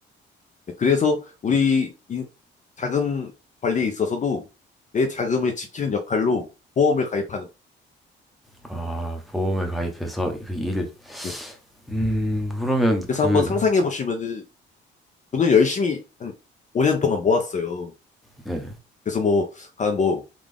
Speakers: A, on the left; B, in the centre.
A: 네, 그래서 우리 인- 자금 관리에 있어서도 내 자금을 지키는 역할로 보험을 가입하는
B: 아, 보험에 가입해서 그 일.
A: 거예요. 네.
B: 음, 그러면
A: 그래서
B: 그,
A: 한번 상상해 보시면은 돈을 열심히 한 5년 동안 모았어요.
B: 네.
A: 그래서 뭐 한 뭐